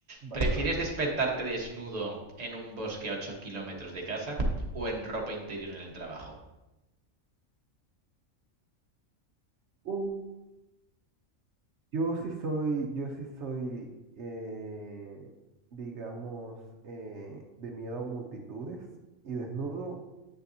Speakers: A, on the right; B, on the right.
A: ¿Prefieres
B: Va que va.
A: despertarte desnudo en un bosque a 8 kilómetros de casa o en ropa interior en el trabajo?
B: Uh, Yo sí soy, yo sí soy, eh, digamos, eh, de miedo a multitudes y desnudo